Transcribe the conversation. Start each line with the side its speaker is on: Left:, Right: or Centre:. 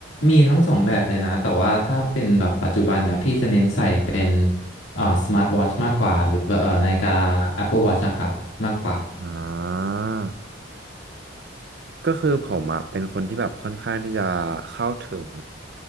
Left: มีทั้งสองแบบเลยนะแต่ว่าถ้าเป็นแบบปัจจุบันนะพี่จะเน้นใส่เป็นอ่าสมาร์ทวอทชมากกว่าหรือเอ่อนาฬิกา Apple Watch อะครับมากกว่า
Right: อ่า ก็คือผมอ่ะเป็นคนที่แบบค่อนข้างที่จะเข้าถึง